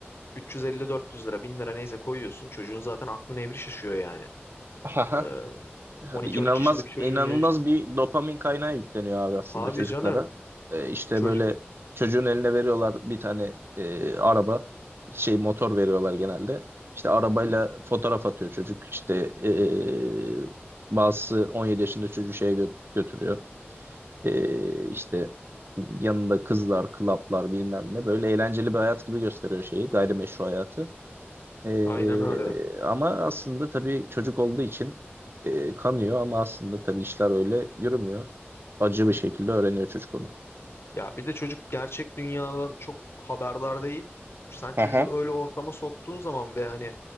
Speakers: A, on the left; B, on the right.
A: 350-400 lira, 1000 lira neyse koyuyorsun. Çocuğun zaten aklı nevri şaşıyor yani.
B: Aha.
A: E,
B: Yani
A: 12-13
B: inanılmaz
A: yaşındaki çocuğun
B: inanılmaz
A: ya...
B: bir dopamin kaynağı yükleniyor abi aslında
A: Tabii
B: çocuklara.
A: canım.
B: E, işte
A: Çocuk.
B: böyle çocuğun eline veriyorlar bir tane e, araba şey motor veriyorlar genelde. İşte arabayla
A: Hı hı.
B: fotoğraf atıyor çocuk. İşte e, bazısı 17 yaşında çocuğu şeye gö- götürüyor. Ee, işte yanında kızlar, klaplar bilmem ne böyle eğlenceli bir hayat gibi gösteriyor şeyi, gayrimeşru hayatı. Ee,
A: Aynen öyle.
B: ama aslında tabii çocuk olduğu için e, kanıyor ama aslında tabii işler öyle yürümüyor. Acı bir şekilde öğreniyor çocuk onu.
A: Ya bir de çocuk gerçek dünyadan çok haberdar değil. Sen
B: Aha.
A: çocuğu öyle ortama soktuğun zaman ve hani